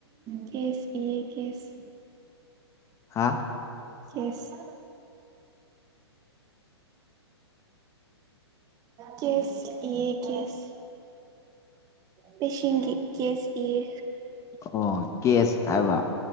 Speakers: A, on the right (about 25°); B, on the left (about 20°).
A: ꯀꯦꯁ ꯏꯌꯦ ꯀꯦꯁ
B: ꯍꯥꯥ
A: ꯀꯦꯁ ꯀꯦꯁ ꯢꯌꯦ ꯀꯦꯁ ꯄꯦꯁꯦꯟꯒꯤ ꯀꯦꯁ ꯏꯌꯦ
B: ꯑꯣ ꯀꯦꯁ ꯍꯥꯏꯕ